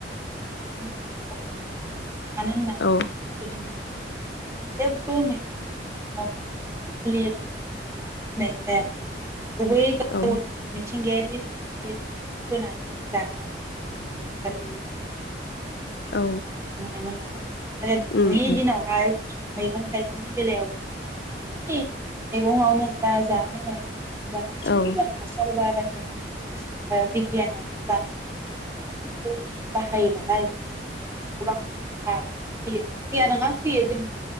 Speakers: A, on the right; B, on the left.
A: मानो होनना
B: औ
A: बुङोब्ला गोदोनि जेबबो मैगं थाइगंआव मुलि <unintelligible> जायामोन गुबै <unintelligible> मिथिंगायारि
B: औ
A: थासारिजों फोनानै जानाय मैगं थाइगं हासार गैयिखौ जोङो जोङो नुनो
B: औ
A: मोनो मोनोमोन नालाय आरो दानि
B: उम उम
A: दिनावहाय मैगं थाइगंनि बेलायावबो गासै मेगंआवनो जा जानाय माइरं <unintelligible> गासैबो
B: औ
A: हासार बाराय बिगियानारि ओ बिगियानारि बानायनाय हासारफोरखौ गासैबो बाहायो नालाय जोंनि देहायावबो गोबां खहा फैयो फैया नङा फैयो जों